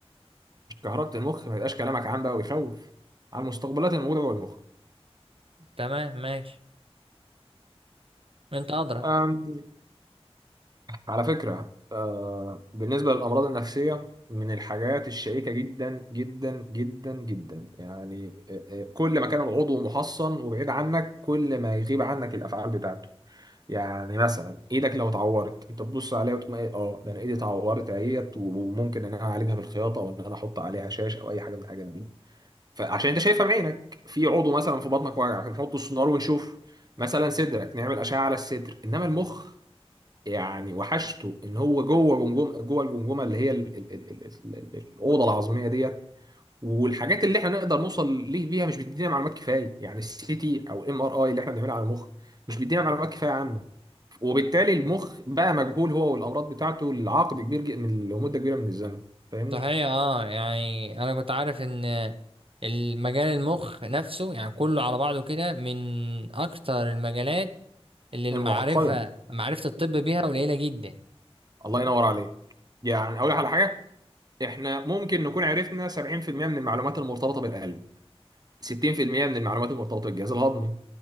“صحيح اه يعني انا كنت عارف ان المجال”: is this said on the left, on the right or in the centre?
Right